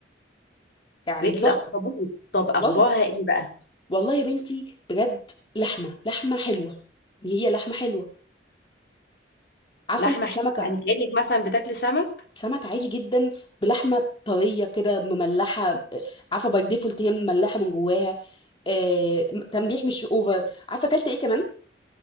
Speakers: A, on the left; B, on the left.
A: يعني
B: رجل
A: تحفه
B: اخطبوط طب اخبارها
A: والله
B: ايه بقى
A: والله يا بنتي بجد لحمه لحمه حلوه هي لحمه حلوه عارفه
B: لحمه
A: انت سمكه
B: حلوه يعني كانك مثلا بتاكلي سمك
A: سمك عادي جدا بلحمه طريه كده مملحه آه، عارفه باي ديفولت هي مملحه من جواها آه تمليح مش اوفر عارفه اكلت ايه كمان